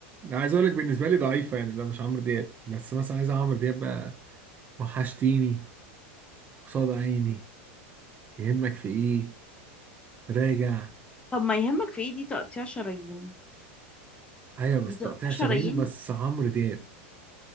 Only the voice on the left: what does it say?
طب ما يهمك في ايه دي تقطيع شرايين
دي تقطيع
شرايين